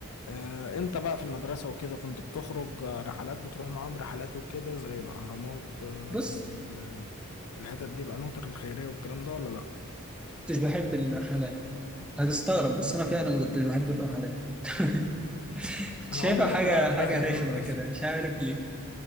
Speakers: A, on the left (about 85°); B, in the centre.
A: آه، انت بقى في المدرسة وكده كنت بتخرج آه، رحلات بتروح معاهم رحلات وكده زي الأهرامات آه،
B: بص
A: ال- الحتت دي القناطر الخيرية والكلام ده ولا لأ؟
B: كنتش بحب الرحلات هتستغرب بس انا فعلا ما كنتش بحب الرحلات <laughs> شايفها
A: أنا عمري
B: حاجة
A: ما طلعت
B: حاجة
A: رحلة
B: رخمة
A: في المدرسة
B: كده مش عارف ليه